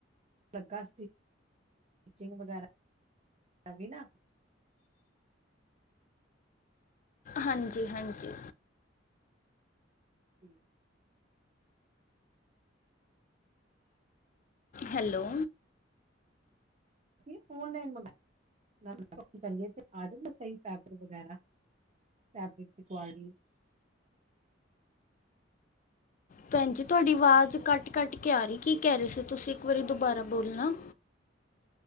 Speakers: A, on the right; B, on the left.
A: ਲਗਾ ਸੀ। ਫਿਟਿੰਗ ਵਗੈਰਾ, ਹੈਗੀ ਈ ਨਾ
B: ਹਾਂਜੀ-ਹਾਂਜੀ।
A: <unintelligible>
B: ਹੈਲੋ।
A: ਅਸੀਂ ਔਨਲਾਈਨ ਮੰਗਵਾਇਆ। ਤੇ ਆ ਜਾਂਦਾ ਸਹੀ ਫੈਬਰਿਕ ਵਗ਼ੈਰਾ ਫੈਬਰਿਕ ਦੀ ਕੁਆਲਟੀ
B: ਭੈਣ ਜੀ ਤੁਹਾਡੀ ਆਵਾਜ਼ ਕੱਟ-ਕੱਟ ਕੇ ਆ ਰਹੀ। ਕੀ ਕਹਿ ਰਹੇ ਸੀ। ਤੁਸੀਂ ਇੱਕ ਵਾਰੀ ਦੁਬਾਰਾ ਬੋਲਣਾ